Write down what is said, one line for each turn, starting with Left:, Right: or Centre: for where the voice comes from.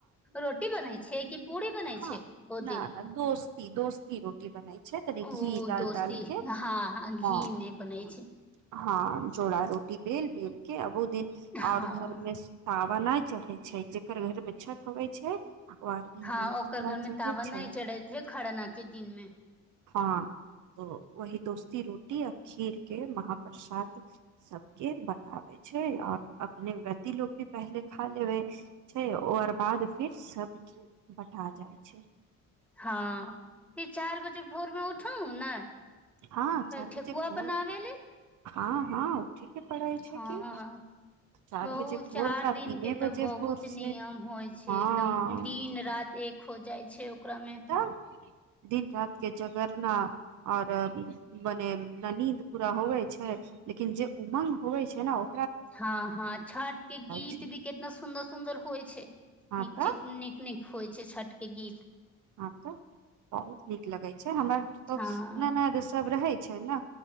Centre: रोटी बनै छै कि पूरी बनै
Right: हँ
Centre: छै ओ
Right: न
Centre: दिन
Right: न दोस्ती दोस्ती रोटी बनाइ छै तनि
Centre: ओ
Right: घी दाल
Centre: दोस्ती
Right: डाल के
Centre: हँ
Right: हँ
Centre: घी मे बनै छै
Right: हँ चोड़ा रोटी बेल बेल के अबो दिन
Centre: हँ
Right: और घर में तावाना चढ़े छै जे ओकर घर मे छठ होबे छै और घर
Centre: हँ
Right: मे
Centre: ओकर घर मे
Right: चढ़े
Centre: तावा
Right: छै
Centre: नहि चढ़ैत रहै खरना े दिनमे
Right: हँ तो वही दोस्ती रोटी आ खीर के महाप्रसाद सबके बठबै छै आओर अपने व्रती लोग भी पहिले खा लेबे छै ओकर बाद फिर सबके बटा जाइ छै
Centre: हँ फे चार बजे भोरमे उठु हं ने
Right: हँ चार
Centre: ठेकुआ
Right: पीछे बोत
Centre: बनाबे ले
Right: हँ हँ उठे के पड़ै छै
Centre: हँ
Right: कि चार
Centre: बहु
Right: बजे भोर
Centre: चार
Right: का
Centre: दिन
Right: तीने
Centre: के तऽ
Right: बजे
Centre: बहुत
Right: भोर से
Centre: नियम होइ छै
Right: हँ
Centre: एकदम दिन राति एक हो जाइ छै ओकरामे
Right: तऽ दिन रात के जगरना आऔर मने न नीद पूरा होवै छै लेकिन जे उमंग होवै छै ने ओ
Centre: हँ हँ छठ के गीत
Right: छै
Centre: भी केितना सुन्दर सुदर होइ छै
Right: हँ
Centre: नीक
Right: तऽ
Centre: च नीक नीक होइ छै छै छठ के गीत
Right: अँछऽ बहुत नीक लगे छै हमरा तो
Centre: हँ
Right: न न सब रहे छै ने